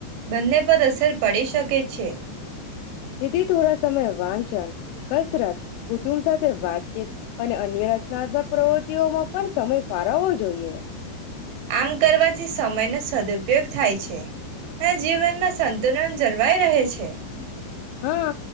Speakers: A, on the right; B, on the left.
A: બંને પર અસર પડી શકે છે.
B: તેથી થોડા સમય વાંચન, કસરત, કુટુંબ સાથે વાતચીત અને અન્ય રચનાત્મક પ્રવૃત્તિઓમાં પણ સમય વારવો જોઈએ. એ.
A: આમ કરવાથી સમયનો સદુપયોગ થાય છે, અને જીવનમાં સંતુલન જળવાઈ રહે છે.
B: હા,